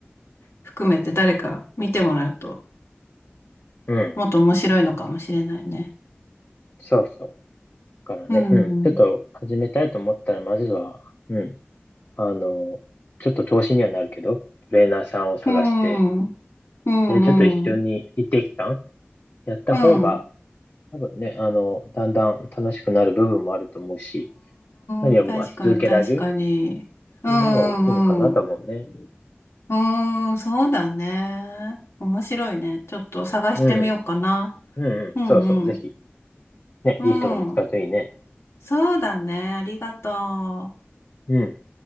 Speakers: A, on the left; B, on the left.
A: 含めて誰か見てもらうと、
B: うん。
A: もっと面白いのかもしれないね。
B: そうそう。だからね、
A: うん、
B: うん、ちょっと始めたいと思ったら、
A: うん、
B: まずは、うん、あの、ちょっと投資にはなるけど、トレーナーさんを探して、
A: うん、うん、
B: で、ちょっと一緒に一定期間
A: うん、
B: やった方が、
A: うん、
B: 多分ね、あの、だんだん楽しくなる部分もあると思うし、何はりまあ続けられる
A: うん、確かに、確かに。
B: っていう面は大きいのかなと思うね。
A: うん、うん、うん、うーん、そうだね。面白いね。ちょっと探してみようかな。
B: うん。うんうん。
A: うん、
B: そうそう。ぜひ、
A: うん、
B: ね、
A: うん。
B: いい人が見つかるといいね。
A: そうだね。ありがとう。
B: うん。